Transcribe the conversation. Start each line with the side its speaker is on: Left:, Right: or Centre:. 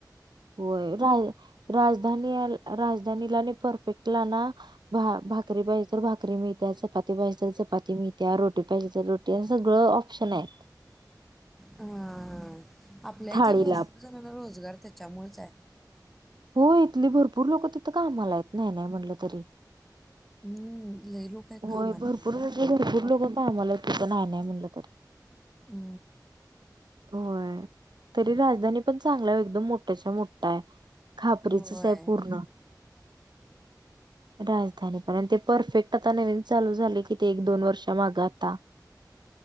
Right: होय राज-राजधानीयल राजधानीला नही परफेक्टला ना भा-भाकरी पाहिजे तर भाकरी मिळत्या, चपाती पाहिजे तर चपाती मिळत्या, रोटी पाहिजे तर रो टी सगळं ऑप्शन आहे.
Centre: हा आपल्या इथले
Right: थाळीला
Centre: भरपूर जणांना रोजगार त्याच्यामुळच आहे.
Right: हो इथली भरपूर लोकं तिथं कामाला आहेत नाही नाही म्हनंलं तरी.
Centre: हम्म, लई लोक आहेत
Right: होय
Centre: कामाला
Right: भरपूर
Centre: बाबा.
Right: म्हणजे, भरपूर लोक कामाला तीथं नाही नाही म्हणलं तरी.
Centre: ऊ!
Right: होय तरी राजधानी पण चांगल एकदम मोठ्याच्या मोठ आहे. खापरीचच
Centre: होय.
Right: आहे पूर्ण. राजधानी पण अन ते परफेक्ट आता नवीन चालू झाले की ते एक दोन वर्ष माग आता.